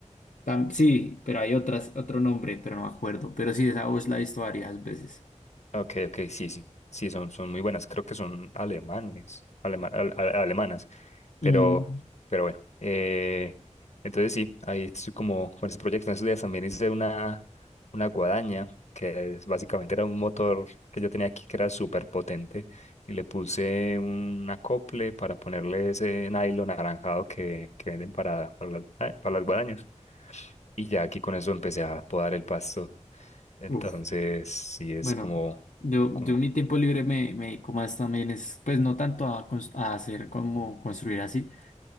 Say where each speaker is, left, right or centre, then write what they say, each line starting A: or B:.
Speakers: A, on the left (about 80°); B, on the left (about 60°).
A: Tam- sí, pero hay otras, otro nombre, pero no me acuerdo. Pero sí, esa voz la he visto varias veces.
B: Ok, ok, sí, sí, sí, son, son muy buenas. Creo que son alemanes, alema- al- al- alemanas,
A: Mm,
B: pero, pero bueno. eh, entonces sí, ahí estoy como con ese proyecto. En esos días también hice una, una guadaña, que es, básicamente era un motor que yo tenía aquí que era súper potente, y le puse un acople para ponerle ese nylon anaranjado que, que venden para, para las, ah, para las guadañas. Y ya aquí con eso empecé a podar el pasto. Entonces
A: Uf,
B: sí es
A: bueno,
B: como...
A: yo,
B: como
A: yo en mi tiempo libre me, me dedico más también es, pues no tanto a, cons- a hacer como construir así,